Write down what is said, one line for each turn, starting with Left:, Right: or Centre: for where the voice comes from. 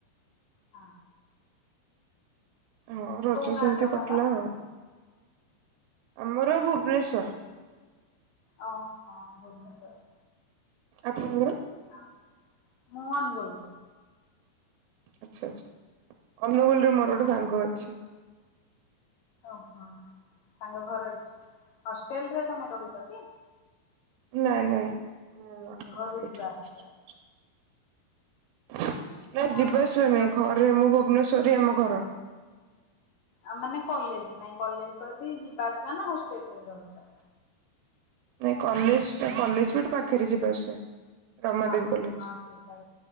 Left: ହଁ।
Right: ହଁ ରଜ
Left: କୋଉ ଗାଁ
Right: ସେମିତି
Left: ତମର?
Right: କଟିଲା ଆଉ। ଆମର ଭୁବନେଶ୍ୱର।
Left: ଓ ହୋ ଭୁବନେଶ୍ୱର।
Right: ଆପଣଙ୍କର?
Left: ଆ ମୁଁ ଅନୁଗୁଳ।
Right: ଆଚ୍ଛା ଆଚ୍ଛା। ଅନୁଗୁଳରେ ମୋର
Left: ହଁ
Right: ଗୋଟେ ସାଙ୍ଗ ଅଛି।
Left: ଓହୋ। ତାଙ୍କ ଘର ଏଇଠି। ହଷ୍ଟେଲ ରେ ତମେ ରହୁଛ କି?
Right: ନାଇଁ ନାଇଁ। ମୁଁ ଆମ
Left: ଘରୁ
Right: ଘର ଏଇଠି
Left: ଯିବା
Right: ରହୁଛୁ
Left: ଆସିବା।
Right: ସମସ୍ତେ <inaudible> ନାଇଁ ଯିବା
Left: ଆଉ
Right: ଆସିବା ନାଇଁ
Left: ରଜ
Right: ଘରେ ମୁଁ ଭୁବନେଶ୍ଵର ସରି ଆମ ଘର।
Left: ଆ ମାନେ କଲେଜ ନାଇଁ କଲେଜ କହିଲି ଯିବା ଆସିବା ନା ହଷ୍ଟେଲରେ ରହୁଛ।
Right: ନାଇ କଲେଜ କଲେଜ ବି ଏଠି ପାଖରେ ଯିବା ଆସିବା। ରମାଦେବୀ
Left: ହଁ
Right: କଲେଜ
Left: ହଁ ସେଇଟା